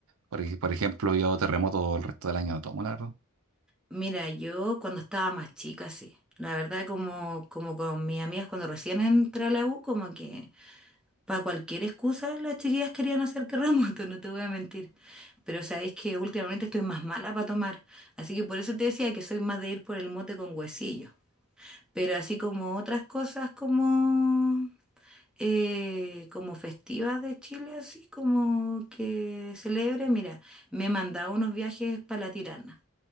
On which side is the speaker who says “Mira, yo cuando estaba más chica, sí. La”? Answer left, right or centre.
Centre